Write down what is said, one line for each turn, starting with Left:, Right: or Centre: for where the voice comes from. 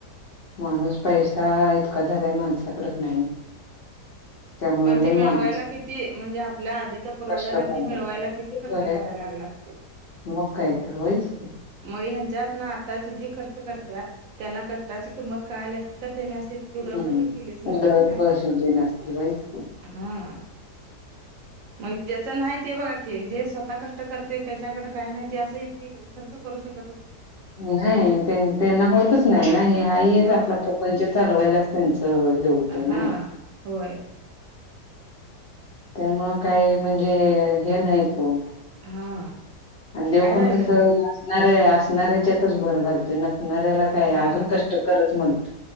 Left: माणूस पैसा इतका झालाय माणसाकडे का नाही त्यामुळे
Right: पण ती
Left: लय
Right: मिळवायला
Left: माणूस
Right: किती म्हणजे आपल्या आधीच्या पूर्वजांना
Left: कष्ट
Right: त मिळवायला किती
Left: कराय
Right: कष्ट करायला लागला असत ते
Left: मग काय तर होयच की
Right: मग ह्यांच्या हात ना आताची जी खर्च करत्यात त्यांना कष्टाची किंमत कळाली असते तर त्यांनी असं इत उदळपट्टी
Left: हम्म.
Right: केलीच नसते
Left: उधळत
Right: ना
Left: बसवली नसती होयच की
Right: हा मग ज्याच नाही ते बघा की जे स्वतः कष्ट करते त्याच्याकडे काही नाही ते असं इतकी खर्च करू शकत
Left: नाही त्यांना होतच नाही ना हे हाच
Right: हा
Left: आपला प्रपंच चालवायलाच त्यांचा अ हे होते ना
Right: हा होय
Left: त्यामुळ काय म्हणजे हे नाहीच वो
Right: हा
Left: आणि देव
Right: काय
Left: पण
Right: राहिलं
Left: कस असणारे
Right: नाही
Left: असणारऱ्याच्यातच भर घालत न णाऱ्याला काय
Right: हा
Left: अजून कष्ट करच मण